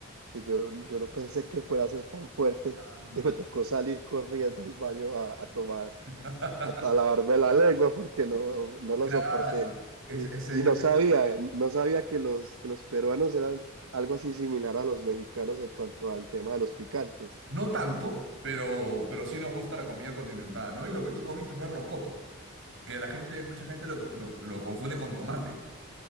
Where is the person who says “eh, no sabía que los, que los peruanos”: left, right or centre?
Right